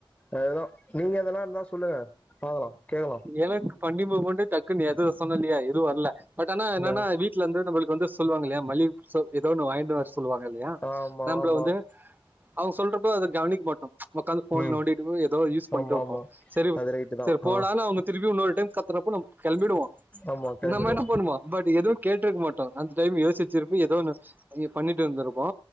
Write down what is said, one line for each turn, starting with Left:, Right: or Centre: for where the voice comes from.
Left: அதுதா நீங்க எதனாருந்த சொல்லுங்க பாக்கலா கேக்கலா
Right: எனக் ஃபன்னி மூமண்டு டக்குனு எது சொல்னலியா இல்ல எதுவு வர்ல பட் ஆனா என்னானா
Left: ஆ
Right: வீட்ல இருந்து நம்மளுக் வந்து சொல்லுவாங்கல்லயா மல்லிகப்பு சோப்பு ஏதோ ஒன்னு வாங்கிட்டு வாஸ் சொல்லுவாங்கல்லயா
Left: ஆமா
Right: நம்பள
Left: ஆமா
Right: வந்து அவுங்க சொல்றப்போ அத கவனிக்க மாட்டோ ச் உக்காந்து போன்
Left: ம்
Right: நோண்டிட்டு ஏதோ யூஸ் பண்ணிட்டு
Left: ஆமா
Right: வப்போ
Left: ஆமா
Right: சேரி
Left: அது ரைட்டு தா
Right: சேரி போடானு
Left: ஆ
Right: அவுங்க ரிவி இன்னோரு டைம் கத்துரப்போ நம் கிளம்பிடுவோ
Left: ஆமா கெளம்பிடுவோ
Right: நம்ம என்னா பண்ணுவோ பட் எதுவு கேட்டுருக்க மாட்டோ அந்த டைம் யோசிச்சு <unintelligible> ஏதோ ஒண்ணு பண்ணி பண்ணிட்டு வந்திருப்போ